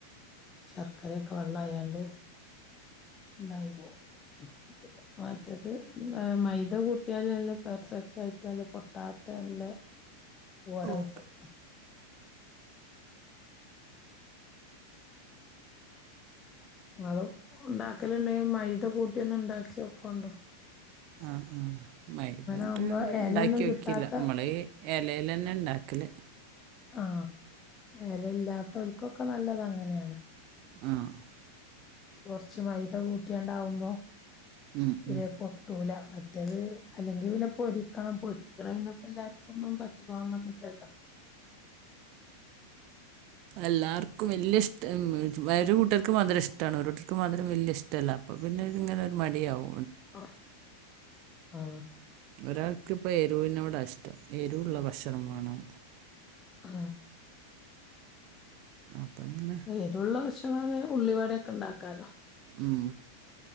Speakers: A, on the left; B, on the right.
A: ശർക്കരയൊക്കെ വെള്ള ആയാണ്ട് ഉണ്ടായി <unintelligible> മറ്റത് മൈദ കൂട്ടിയാല് എല്ലാം പെർഫെക്റ്റ് ആയിട്ടല്ല പൊട്ടാത്ത നല്ല വട
B: ഓ
A: കിട്ടും നിങ്ങള് ഒണ്ടാക്കലൊണ്ടെങ്കി മൈദ കൂട്ടിന്നൊണ്ടാക്കിയോക്കണ്ടോ
B: ആ ആ മൈദാണ്ട്
A: ആകുമ്പോ എലയൊന്നും
B: ഉണ്ടാക്കി
A: കിട്ടാത്ത
B: വെക്കില്ല നമ്മള് ഈ ഇലേലന്നെ ഇണ്ടാക്കി ക്കില്ലേ
A: ആ എല ഇല്ലാത്തേൽക്കൊക്കെ നല്ലത് അങ്ങനെയാണ്
B: ആഹ്
A: കൊറച്ചു മൈദ കൂട്ടിയാണ്ടാവുമ്പോ
B: ഉം
A: തീരെ
B: ഉം
A: പൊട്ടൂല മറ്റേത് അല്ലെങ്കി പിന്നെ പൊരി ക്കണം പൊരിക്കണേന് പ്പം എല്ലാർക്കൊന്നും പറ്റിക്കോളണംന്നില്ലല്ലോ
B: എല്ലാർക്കും വല്ലൃ ഇഷ്ടം വരുകൂട്ടർ ക്ക് മധുരം ഇഷ്ടാണ് ഒരൂട്ടർക്ക് മധുരം വലൃ ഇഷ്ടല്ല അപ്പപിന്നെ ഇതിങ്ങനെ ഒരു മടിയാകും
A: അ ആ
B: ഒരാൾ ഇപ്പോ എരൂനോടാ ഇഷ്ടം എരുവുള്ള ഭക്ഷണം വേണം
A: ആ
B: അപ്പം അങ്ങനെ
A: യെരുള്ള ഭക്ഷണാണെ ഉള്ളി വട്യൊക്കെ ഉണ്ടാക്കാലോ
B: ഉം